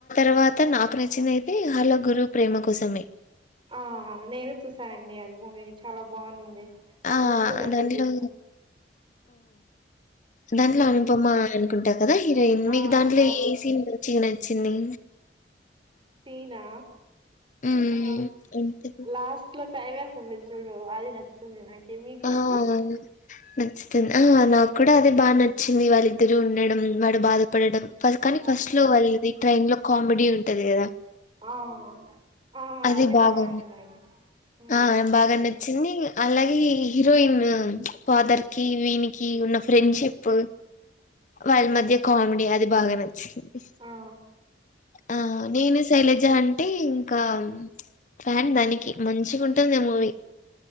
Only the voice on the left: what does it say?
తర్వాత నాకు నచ్చినయితే హలో గురువు ప్రేమ కోసమే
ఆ
దాంట్లో
దాంట్లో
అనుపమ కుంట కదా హీరోయిన్
మీకు దాంట్లో
ఏ సీన్ మంచిగా న చింది
హ్మ్.
అంతేనా
ఆ!
నచ్చుతుంది ఆ నాకు కూడా అదే బాగా నచ్చింది వాళ్ళిద్దరూ ఉండడం వాడు బాధపడడం ఫ కానీ
ఫస్ట్ లో వల్ది ట్రైన్ లో కామెడీ ఉంటంది కదా
అది బాగా
ఉంది.
ఆ
బాగా నచ్చింది అలాగే హీరోయిన్ ఫాదర్ కి వీనికి ఉన్న ఫ్రెండ్షిప్ వాళ్ళ మధ్య కామెడీ అది బాగా నచ్ చ్చింది.
ఆ నేను శైలజ అంటే ఇంకా ఫ్యాన్ దానికి మంచిగా ఉంటుంది. ఆ మూవీ